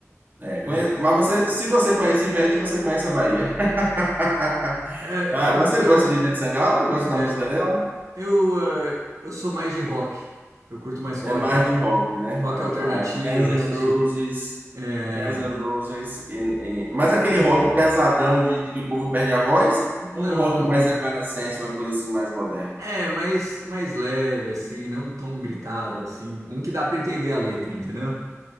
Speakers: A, on the right (about 35°); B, on the right (about 85°).
A: É, conhe-
B: Aí,
A: Mas você, se você conhece Ivete, você conhece a Bahia. <laughs>
B: é,
A: Ah,
B: eu,
A: você
B: eu,
A: gosta de Ivete Sangalo? Gosta da
B: é,
A: música dela?
B: eu, é, eu sou mais de rock. Eu curto mais rock,
A: É mais
B: ro-
A: de rock, né,
B: rock,
A: rapaz?
B: alternativo,
A: Guns N'
B: esse
A: Roses,
B: tipo. É,
A: Guns N' Roses, em- em- mas aquele rock pesadão de, de que o povo perde a voz,
B: não,
A: ou um rock
B: não.
A: mais evanescente, uma coisa assim mais moderna?
B: É, mais, mais leve, assim, não tão gritado, assim. Um que dá pra entender a letra, entendeu?